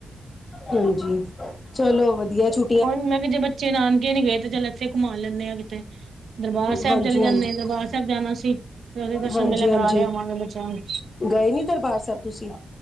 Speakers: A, on the left; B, on the right.
A: ਹਾਂਜੀ ਚਲੋ ਵਧੀਆ ਛੁ
B: ਕੋਈ ਨ ਮੈਂ ਕਿਹਾ ਜੇ ਬੱਚੇ ਨਾਨਕੇ ਨੀ ਗਏ ਤੇ ਚੱਲ ਇੱਥੇ ਘੁਮਾ ਲੈਂਦੇ ਆ ਕਿਤੇ ਦਰਬਾਰ ਸਾਹਿਬ
A: ਹਾਂਜੀ
B: ਚਲੇ ਜਾਂਦੇ
A: ਹਾਂਜੀ
B: ਦਰਬਾਰ ਦਰਬਾਰ ਸਾਹਿਬ ਜਾਣਾ ਸੀ ਉਹਦੇ ਦਰਸ਼ਨ
A: ਹਾਂਜੀ
B: ਮੇਲਾਂ ਕਰਾ
A: ਹਾਂਜੀ
B: ਲਿਆਵਾਂ ਬੱਚਿਆਂ ਨੂੰ
A: ਗਏ ਨੀ ਦਰਬਾਰ ਸਾਹਿਬ ਤੁਸੀਂ